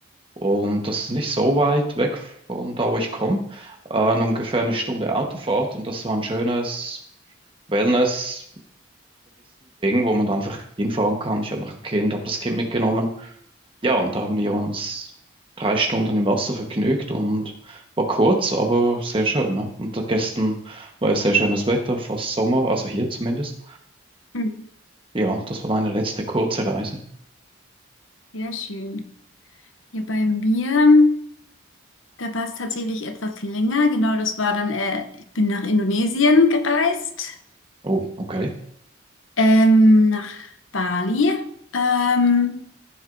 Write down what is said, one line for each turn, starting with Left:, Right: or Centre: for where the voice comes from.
Right: Und das ist nicht so weit weg von da, wo ich komme. Äh, nur ungefähr eine Stunde Autofahrt und das war ein schönes Wellness-Touristending, wo man da einfach hinfahren kann. Ich habe noch ein Kind, habe das Kind mitgenommen. Ja, und da haben wir uns drei Stunden im Wasser vergnügt und war kurz, aber sehr schön. Ne? Und da gestern war ja sehr schönes Wetter, fast Sommer, also hier zumindest.
Left: Mhm.
Right: Ja, das war meine letzte kurze Reise.
Left: Sehr schön. Ja, bei mir, da war es tatsächlich etwas länger. Genau, das war dann, äh, ich bin nach Indonesien gereist,
Right: Oh, okay.
Left: ähm, nach Bali. Ähm,